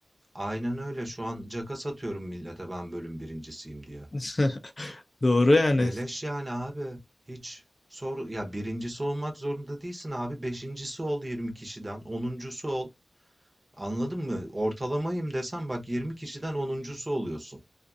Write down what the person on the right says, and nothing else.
aynen öyle şu an caka satıyorum millete ben bölüm birincisiyim diye.
Beleş yani abi. Hiç sor ya birincisi olmak zorunda değilsin abi. Beşincisi ol 20 kişiden. Onuncusu ol. Anladın mı? Ortalamayım desen bak 20 kişiden onuncusu oluyorsun.